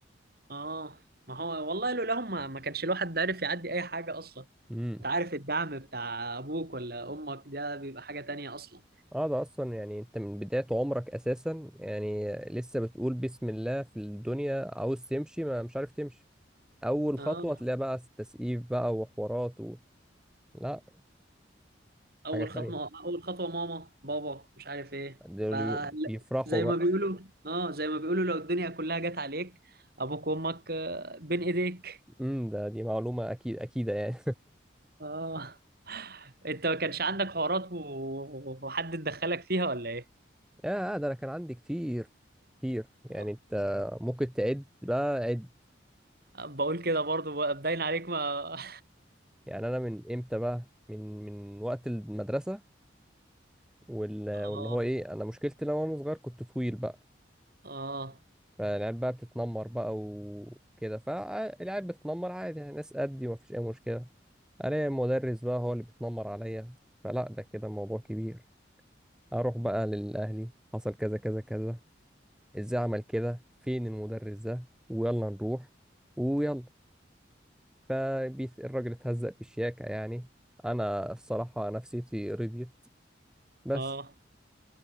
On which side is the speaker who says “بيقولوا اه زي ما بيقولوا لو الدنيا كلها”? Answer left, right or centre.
Right